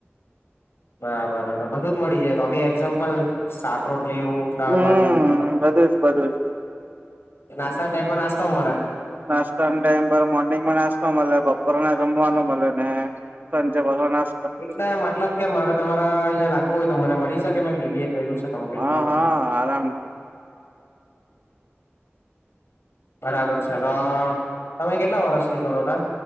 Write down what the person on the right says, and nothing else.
હમ
બધું છે બધું
નાસ્તા ટાઈમ પર મોર્નિંગમાં નાસ્તો મ બપોર ના જમવાનું મ સાંજે પાછ નાસ્તો
હા
હા આરામથી